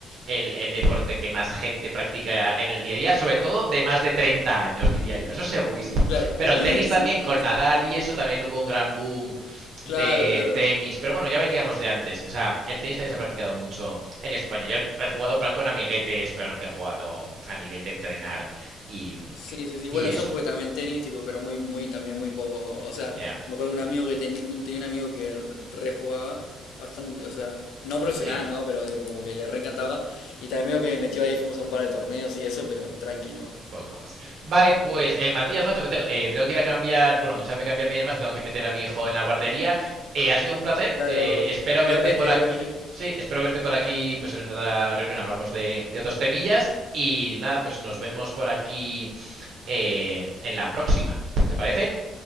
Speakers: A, on the right; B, on the left.
A: el, el deporte que más gente practica en el día a día, sobre todo de más de 30 años, diría yo. Eso es segurísimo.
B: <laughs> claro.
A: Pero
B: <laughs>
A: tenis
B: Sí,
A: también,
B: sí,
A: con
B: sí, sí.
A: Nadal y eso también hubo un gran boom
B: Claro,
A: de
B: claro.
A: tenis, pero bueno, ya veníamos de antes. O sea, el tenis también se ha practicado mucho en España. Yo he jugado plan con amiguetes, pero nunca he jugado a nivel de entrenar y,
B: Sí, sí, sí.
A: y
B: Bueno,
A: eso,
B: yo jugué también tenis, tipo, pero muy, muy, también muy poco. O sea,
A: ya.
B: me acuerdo de un amigo que tenía un, tenía un amigo que re- rejugaba bastante, o sea, no profesional,
A: Sí,
B: ¿no? Pero tipo, como que le reencantaba. Y también medio que me metió ahí, fuimos a un par de torneos y eso, pero tranqui, ¿no?
A: poco más. Vale, pues eh, Matías, macho, me, te- eh, me tengo que ir a cambiar, bueno, a ducharme, cambiarme y demás, que tengo que meter a mi hijo en la guardería. Eh, ha sido un placer.
B: Dale,
A: eh,
B: bárbaro.
A: espero
B: Igualmente,
A: verte por
B: igualmente.
A: aquí. Sí, espero verte por aquí, pues en otra reunión hablamos de, de otros temillas. Y nada, pues nos vemos por aquí eh, en la próxima. ¿Te parece?